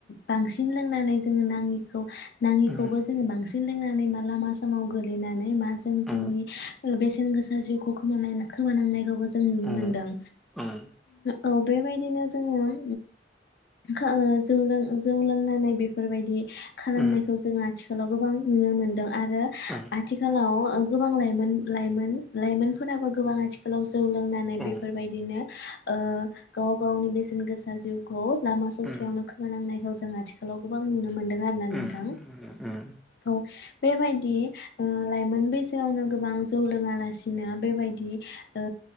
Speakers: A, on the left (about 65°); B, in the centre.
A: बांसिन लोंनानै जोङो नाङिखौ नाङिखौबो
B: उम
A: जोङो बांसिन <unintelligible> लोंनानै माला मा समाव गोलैनानै मा जों जोंनि
B: उम
A: ओ बेसेन गोसा जिउखौ खोमानायना खोमानांनायखौबो जों नुनो
B: उम
A: मोनदों।
B: उम
A: औ बेबायदिनो जोङो उम खा ओ जौ लों जौ लोंनानै बेफोरबायदि खालामनायखौ
B: उम
A: जों आथि खालाव गोबां नुनो मोनदों। आरो
B: उम औ
A: आथिखालाव ओ गोबां लाइमोन-लाइमोन-लाइमोनफोराबो गोबां आथिखालाव जौ लोंनानै
B: उम
A: बेफोरबायदिनो ओ गाव गावनि बेसे गोसा जिउखौ लामा ससेयावनो
B: उम
A: खोमानांनायखौ जों आथिखालाव गोबां नुनो मोनदों आरो ना नोंथां
B: उम उम।
A: औ बेबायदि ओ लाइमोन बैसोआवनो गोबां जौ लोङा लासिनो बेबायदि ओ